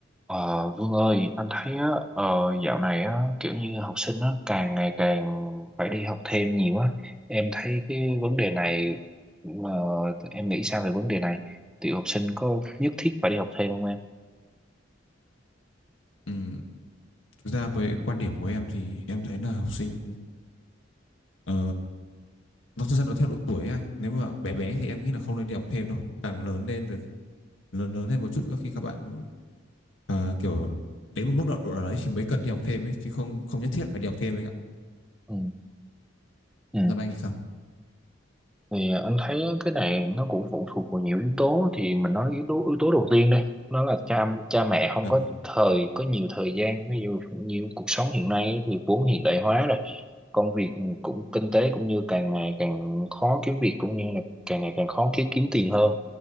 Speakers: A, in the centre; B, on the left.
A: Ờ, Vương ơi, anh thấy á, ờ, dạo này á, kiểu như học sinh á, càng ngày càng phải đi học thêm nhiều á. Em thấy cái vấn đề này, ờ, em nghĩ sao về vấn đề này? Tiểu học sinh có nhất thiết phải đi học thêm không em?
B: Ừm, thực ra với quan điểm của em thì em thấy là học sinh ờ, nó thực ra nó theo độ tuổi ấy anh nếu mà bé bé thì em nghĩ là không nên đi học thêm đâu càng lớn lên rồi lớn lớn lên một chút nữa khi các bạn ờ, kiểu đến một mức độ độ nào đấy thì mới cần đi học thêm ấy chứ không không nhất thiết phải đi học thêm anh ạ
A: Ừ. Ừ.
B: còn anh thì sao
A: thì anh thấy cái này nó cũng phụ thuộc vào nhiều yếu tố thì mình nói yếu tố yếu tố đầu tiên đây nó là cha cha mẹ không
B: dạ
A: có
B: vâng
A: thời có nhiều thời gian ví dụ như cuộc sống hiện nay thì vốn hiện đại hóa rồi công việc cũng kinh tế cũng như càng ngày càng khó kiếm việc cũng như là càng ngày càng khó kiếm kiếm tiền hơn